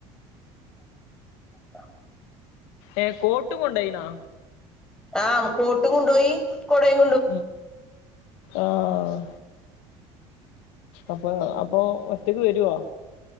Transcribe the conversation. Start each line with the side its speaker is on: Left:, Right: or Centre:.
Centre: <unintelligible>
Left: ഏഹ് കോട്ടും കൊണ്ടയിനോ?
Centre: ആഹ് കോട്ടും കൊണ്ടോയി കൊടേം
Left: ഉം ആഹ് അപ്പൊ അപ്പൊ ഒറ്റക്ക് വരോ?